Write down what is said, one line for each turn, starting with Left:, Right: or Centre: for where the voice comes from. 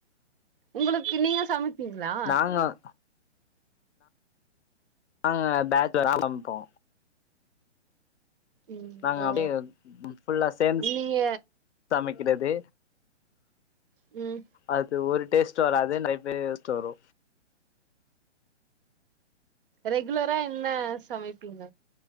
Right: உங்களுக்கு நீங்க சமைப்பிங்களா
Left: அ நாங்க பேட்ச்லரா சமப்போ
Right: ம்
Left: நாங்க
Right: ஓ
Left: அப்டியே ஃபுல்லா சேர்ந்து
Right: நீங்க
Left: சமைக்கிறது
Right: ம்
Left: அது ஒரு டேஸ்ட் வராது நெறைய பே டேஸ்ட் வரு
Right: ரெகுலரா என்ன சமைப்பீங்க